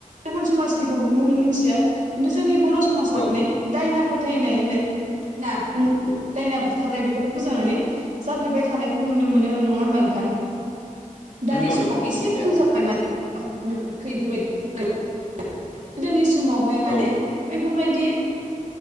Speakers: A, on the right (about 60°); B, on the left (about 40°).
A: गुबुन समाजनिखौ मिथिया खिन्थु जोंनि बर' समाजा
B: औ
A: माने दायना फोथायनाय होननाय दायना <unintelligible> दायना बुथारनाय बे मोजां माने जाफ्लेबाय थानायखौ नुनो मोनो नङा होमबा नोंथां। दानि
B: नंगौ नंगौ
A: समाव
B: नोंनि
A: एसे
B: बुंनाया
A: खम
B: नोंथार
A: जाबाय माने <unintelligible> गोदोनि समावहाय माने
B: औ
A: बैफोरबायदि